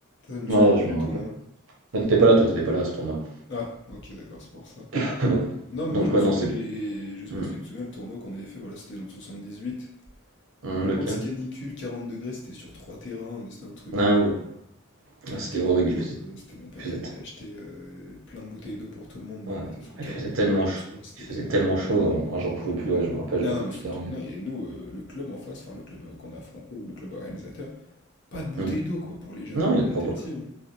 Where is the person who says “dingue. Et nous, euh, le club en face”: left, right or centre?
Left